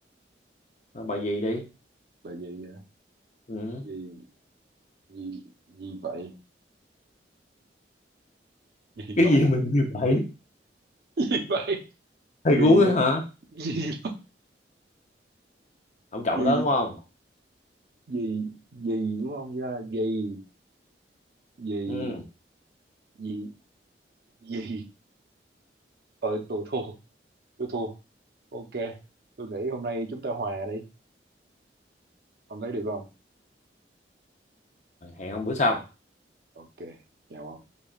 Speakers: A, on the left; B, on the right.
A: rồi bà gì đi
B: bà gì à?
A: ừ.
B: gì gì gì vậy gì
A: cái
B: vậy
A: gì mình như vậy
B: <laughs> gì vậy
A: thiệt
B: gì
A: luôn á
B: á
A: hả
B: gì
A: ông chọn
B: gì
A: cái đó đúng không
B: gì gì đúng không ra gì gì
A: ừ.
B: gì gì tôi tôi thua tôi thua ok tôi nghĩ hôm nay chúng ta hòa đi ông thấy được không
A: Rồi, hẹn ông bữa sau
B: ok chào ông